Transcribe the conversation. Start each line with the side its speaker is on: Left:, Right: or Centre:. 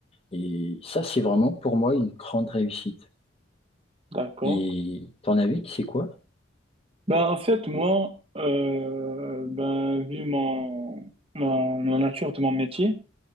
Left: Et ça, c'est vraiment pour moi une grande réussite.
Right: d'accord.
Left: Et ton avis, c'est quoi?
Right: Ben, en fait, moi, euh, ben, vu mon, mon, la nature de mon métier,